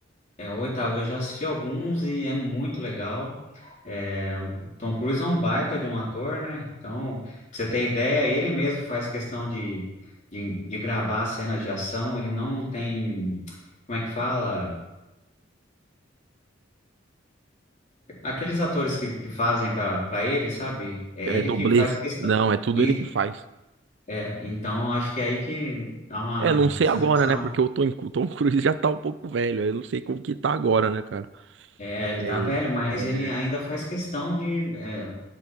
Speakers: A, on the left; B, on the right.
A: é o oitavo, eu já assisti alguns e é muito legal. É, o Tom Cruise é um baita de um ator, né? Então, pra você ter ideia, ele mesmo faz questão de, de, de gravar cenas de ação, ele não tem, como é que fala? Aqueles atores que, que fazem para ele, sabe? É
B: É
A: ele
B: dublês.
A: que faz questão.
B: Não, é tudo
A: E,
B: ele que faz.
A: é, então, acho que é aí que dá uma
B: É, não sei
A: sensação.
B: agora, né? Porque o Tom, o Tom <laughs> Cruise já tá um pouco velho. Eu não sei como que tá agora, né, cara?
A: É,
B: Mas,
A: ele tá velho, mas
B: é,
A: ele ainda faz questão de, é,